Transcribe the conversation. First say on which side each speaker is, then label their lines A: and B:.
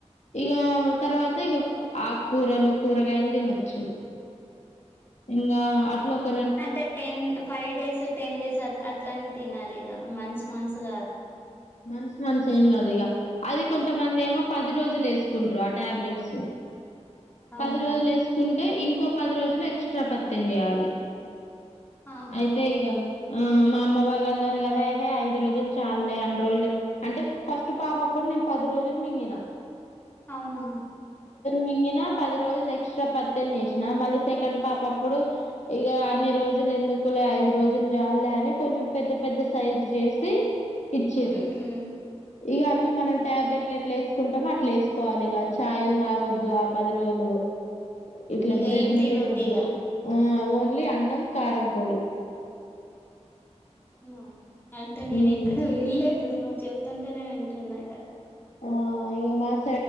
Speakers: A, on the left (about 70°); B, on the left (about 20°).
A: ఇగా తర్వాతిగ కు ఆక్కూరలు కూరగాయల్ దినొచ్చు ఇంగా అట్లొక
B: అంటె ten five days ten days అ అట్లన్ తినాలిగ మంత్స్ మంత్స్ <unintelligible>
A: మంత్స్ మంత్సేం గాదిగ అది కొంతమందేమొ పది రోజులేస్కుంట్రు ఆ టాబ్లెట్స్
B: అవునా
A: పది రోజులేస్కుంటె ఇంకో పదిరోజులు ఎక్స్ట్రా పత్తెం జెయ్యాలి
B: ఆహా
A: ఐతే ఇగ ఆ మా అమ్మ వాళ్ళన్నార్ గదా హె ఐద్రోజ్ జుల్ చాల్లే అన్ రోజ్లె అంటె ఫస్ట్ పాపప్పుడ్ నేన్ పది రోజుల్ మింగిన
B: ఔనా
A: మింగినా పదిరోజులెక్స్ట్రా పత్తెం జేస్నా మళ్ళి సెకండ్ పాపప్పుడు ఇగ అన్ని రోజ్ రోజులెందుకులె ఐదు రోజుల్ జాల్లె అని కొంచెం పెద్ద పెద్ద సైజ్ జేసి ఇచ్చిర్రు
B: ఉహు.
A: ఇగ అవ్వి మనం ట్యాబ్లెట్లెట్లేస్కుంటమొ అట్లేస్కోవాలిగ చాయల్ దాగొద్దు ఆ పది రోజులు ఇట్ల
B: ఇక
A: బ్రెడ్లు
B: ఏం తినొద్దు
A: దినొద్దు
B: ఇక
A: ఊ ఓన్లీ అన్నం కారంపొడి
B: ఔనా అంటె నేనెక్కడా
A: ఉమ్
B: విళ్ళేదు నువ్ చెప్తాంటేనే వింటున్న ఇగ
A: ఆ ఇగ మస్